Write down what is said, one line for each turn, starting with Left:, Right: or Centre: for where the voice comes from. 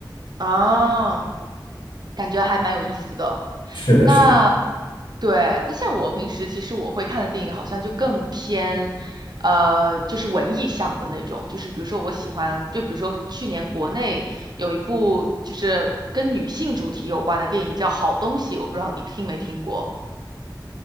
Right: 啊，感觉还蛮有意思的。
Left: 是的，
Right: 那
Left: 是的。
Right: 对，那像我平时其实我会看的电影好像就更偏，呃，就是文艺向的那种，就是比如说我喜欢，就比如说去年国内有一部就是跟女性主题有关的电影叫《好东西》，我不知道你听没听过。